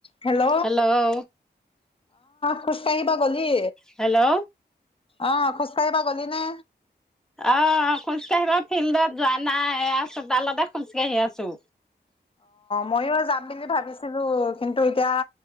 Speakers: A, on the left (about 30°); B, in the centre.
A: Hello
B: hello.
A: খুজ কাঢ়িব গলি।
B: হেল্লো।
A: অ খোজকাঢ়িব গলি নে?
B: অ খোজ কাঢ়িব ফিল্ডত যোৱা নাই চোতালতে খোজকাঢ়ি আছোঁ।
A: মইয়ো যাম বুলি ভাবিছিলোঁ কিন্তু এতিয়া